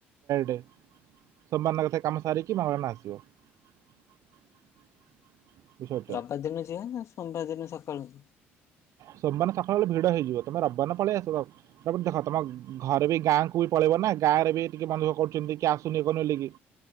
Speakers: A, on the right (about 60°); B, on the left (about 55°).
A: ବେ ସୋମବାର ଦିନ କାମ ସାରିକି ମଙ୍ଗଳ ବାର ଦିନ ଆସିବ। ବୁଝିପାରୁଛ
B: ରବାର ଦିନ ଯିବା ନା ସୋମବାର ଦିନ ସକାଳୁ?
A: ସୋମବାର ସକାଳୁ ଭିଡ ହେଇଯିବ ତମେ ରବିବାର ପଳେଇ ଆସିବ। ତାପଟ ଦେଖ ତମ ଘରେ ବି ଗାଁକୁ ବି ପଳେଇବ ନା ଗାଁରେ ବି ଟିକେ ମନ ନ୍ଧୁଖ କରୁଛନ୍ତି କି ଆସୁନି ଇଏ କରୁନି ବୋଲିକି।